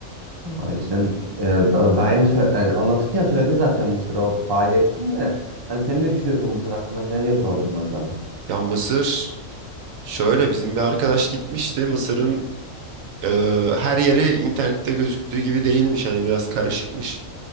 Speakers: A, on the right (about 25°); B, on the right (about 80°).
A: Ay sen e, da- daha sö- yani anlatırken söyledin zaten Mısır'ı o dahil ettin de hani sen ne düşünüyorsun Mısır hakkında falan diye sordum ben sana.
B: Ya Mısır şöyle bizim bir arkadaş gitmişti. Mısır'ın Ee, her yeri internette gözüktüğü gibi değilmiş hani biraz karışıkmış